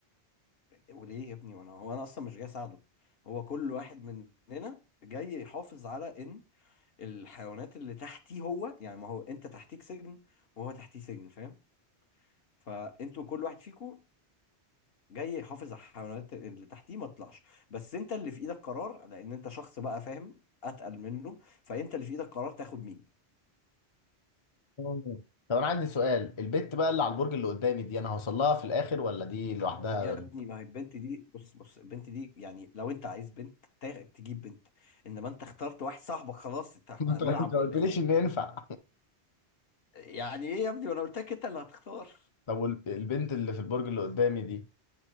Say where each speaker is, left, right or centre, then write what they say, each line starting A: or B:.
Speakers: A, on the left (about 60°); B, on the left (about 35°).
A: وليه يا ابني وانا هو انا اصلا مش جاي اساعده هو كل واحد مننا جاي يحافظ على ان الحيوانات اللي تحتيه هو يعني ما هو انت تحتيك سجن وهو تحتيه سجن فاهم فانتوا كل واحد فيكم جاي يحافظ على الحيوانات اللي تحتيه ما تطلعش بس انت اللي في ايدك قرار لان انت شخص بقى فاهم اتقل منه فانت اللي في ايدك قرار تاخد مين
B: مم. طب انا عندي سؤال البت بقى اللي على البرج اللي قدامي دي انا هوصل لها في الاخر ولا دي لوحدها
A: يا
B: <laughs>
A: ابني ما هي البنت دي بص بص البنت دي يعني لو انت عايز بنت تاخ- تجيب بنت انما انت اخترت واحد صاحبك خلاص انت احنا
B: انت
A: هنلعب
B: انت ما
A: ولا
B: قلتليش
A: ايه
B: ان ينفع
A: يعني ايه يا ابني وانا قلت لك انت اللي هتختار
B: طب والبنت اللي في البرج اللي قدامي دي